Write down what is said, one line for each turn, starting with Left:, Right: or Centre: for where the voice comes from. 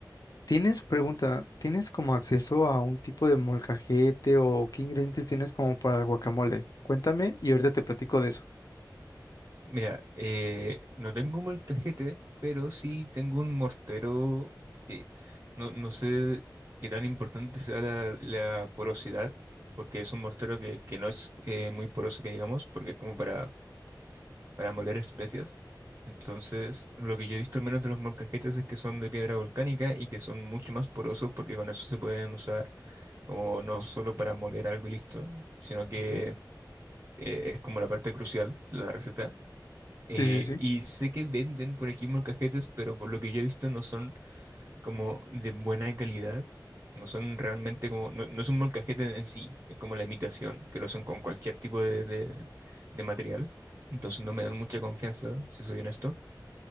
Left: tienes pregunta, ¿tienes como acceso a un tipo de molcajete o qué ingredientes tienes como para el guacamole? Cuéntame y ahorita te platico de eso.
Right: Mira, eh, no tengo un molcajete, pero sí tengo un mortero que no, no sé qué tan importante sea la, la porosidad, porque es un mortero que, que no es eh, muy poroso, que digamos, porque es como para, para moler especias. Entonces, lo que yo he visto al menos de los molcajetes es que son de piedra volcánica y que son mucho más porosos porque con eso se pueden usar como no solo para moler algo y listo, sino que
Left: Ujú.
Right: eh, es como la parte crucial de la receta
Left: Sí,
Right: Eh,
Left: sí, sí.
Right: y sé que venden por aquí molcajetes, pero por lo que yo he visto no son como de buena calidad. No son realmente como, no, no es un molcajete en sí, es como la imitación, que lo hacen con cualquier tipo de, de- de material. Entonces no me dan mucha confianza, si soy honesto.